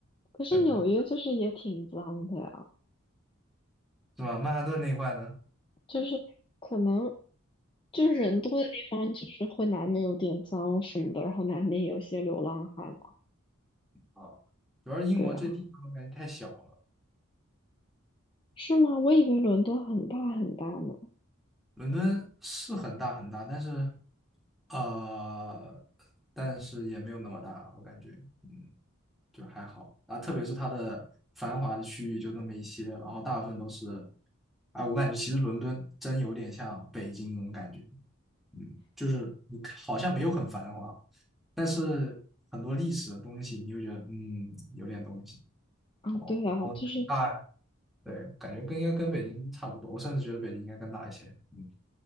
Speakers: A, on the left; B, in the centre.
A: 可是纽约就是也挺脏的呀。
B: 真的是吧？曼哈顿那一块呢？
A: 就是可能就是人多的地方，就是会难免有点脏什么的，然后难免有些流浪汉嘛。
B: 啊，主要是英国这地方我感觉太小了。
A: 对啊，是吗？我以为伦敦很大很大呢。
B: 伦敦是很大很大，但是呃，但是也没有那么大，我感觉。嗯就还好啊。特别是它的繁华的区域就那么一些，然后大部分都是，哎，我感觉其实伦敦真有点像北京那种感觉，嗯，就是你看好像没有很繁华，但是很多历史的东西，你会觉得嗯有点东西。
A: 啊，对啊，
B: 然后大，
A: 就是
B: 对，感觉跟应该跟北京差不多，我甚至觉得北京应该更大一些。嗯，